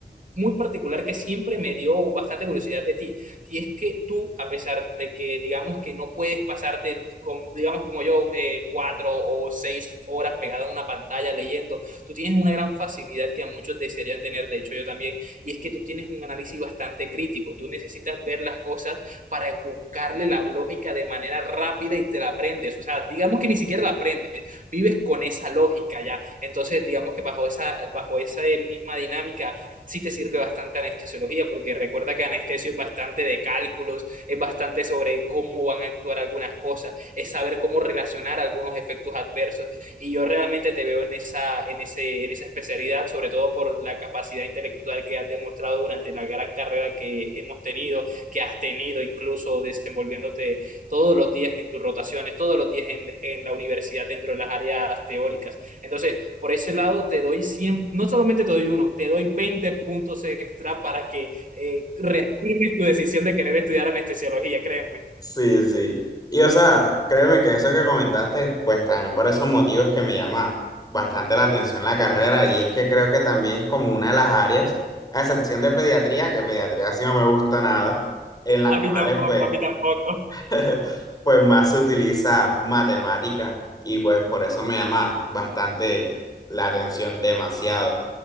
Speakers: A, on the right (about 45°); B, on the left (about 20°).
A: muy particular que siempre me dio bastante curiosidad de ti si es que tú, a pesar de que digamos que no puedes pasarte, con, digamos como yo, eh, cuatro o seis horas pegado a una pantalla leyendo, tú tienes una gran facilidad que a muchos desearían tener, de hecho yo también, y es que tú tienes un análisis bastante crítico, tú necesitas ver las cosas para buscarle la lógica de manera rápida y te la aprendes, o sea, digamos que ni siquiera la aprendes, vives con esa lógica ya, entonces digamos que bajo esa, bajo esa misma dinámica sí te sirve bastante anestesiología, porque recuerda que anestesio es bastante de cálculos, es bastante sobre cómo van a actuar algunas cosas, es saber cómo relacionar algunos efectos adversos. Y yo realmente te veo en esa, en ese, en esa especialidad, sobre todo por la capacidad intelectual que has demostrado durante la gran carrera que hemos tenido, que has tenido incluso desenvolviéndote todos los días en tus rotaciones, todos los días en, en la universidad dentro de las áreas teóricas. Entonces, por ese lado te doy 100, no solamente te doy uno, te doy 20 puntos extra para que eh, reafirmes tu decisión de querer estudiar anestesiología, créeme.
B: Sí, sí. Y o sea, créeme que eso que comentaste, pues también por esos motivos que me llama bastante la atención la carrera y es que creo que también es como una de las áreas, a excepción de pediatría, que pediatría sí no me gusta nada, en las
A: A mí
B: cuales
A: tampoco,
B: pues
A: a mí tampoco.
B: <laughs> pues más se utiliza matemática y pues por eso me llama bastante la atención, demasiado.